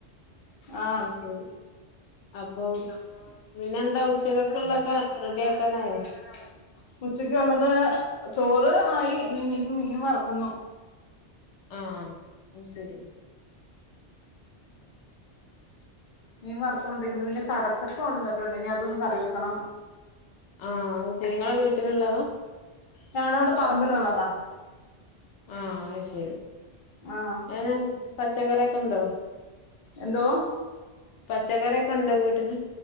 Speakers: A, on the left (about 50°); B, on the left (about 85°).
A: ആ
B: അത് ശരി അപ്പൊ
A: അപ്പൊ
B: പിന്നെന്താ ഉച്ചക്കൊക്കുള്ളൊക്കെ
A: പിന്നെ എന്താ ഉച്ചക്കക്കുള്ളൊക്കെ
B: റെഡി ആക്കാനായോ
A: റെഡി ആക്കാനായോ ഉച്ചക്ക്‌ ഉള്ളത് ചോറ് ആയി ഇനി മീൻ മീൻ വറുക്കുന്നു
B: ആ അഹ് ശരി
A: മീൻ വറത്തൊണ്ടിരിക്കുന്നു പിന്നെ കടച്ചൊക്കെ കൊണ്ടുന്നിട്ടുണ്ട് ഇനി അതൊന്ന് കറി വെക്കണം
B: ആ സീങ്ങ <unintelligible> ളെ വീട്ടിലുള്ളതോ
A: ഞങ്ങടെ അവിടെ പറമ്പിൽ ഉള്ളതാ
B: ആഹ് അയ് ശരി
A: ആ
B: അങ്ങനെ പച്ചക്കറിയൊക്കെ ഉണ്ടോ
A: എന്തോ
B: പച്ചക്കറിയൊക്കെണ്ടോ വീട്ടില്